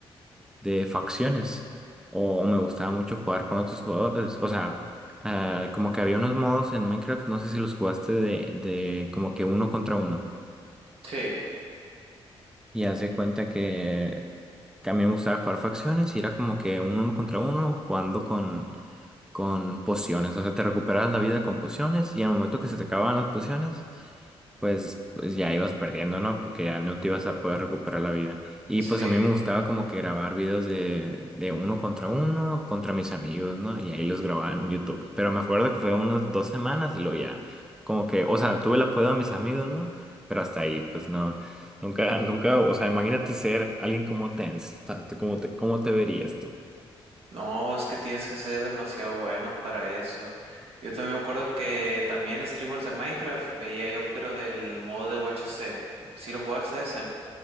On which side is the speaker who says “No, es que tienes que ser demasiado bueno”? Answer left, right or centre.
Right